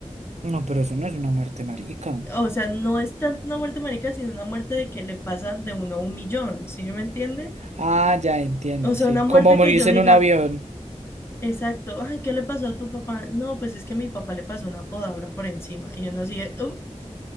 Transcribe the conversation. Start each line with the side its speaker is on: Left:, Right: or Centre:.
Right: No, pero eso no es una muerte marica.
Left: O sea, no es tanto una muerte marica, sino una muerte de que le pasan de uno a un millón, ¿sí me entiende?
Right: Ah, ya entiendo,
Left: O sea,
Right: sí.
Left: una muerte
Right: Como morirse
Left: que yo diga,
Right: en un avión.
Left: exacto, ay, ¿qué le pasó a tu papá? No, pues es que a mi papá le pasó una podadora por encima. Y uno así, de, "Uh,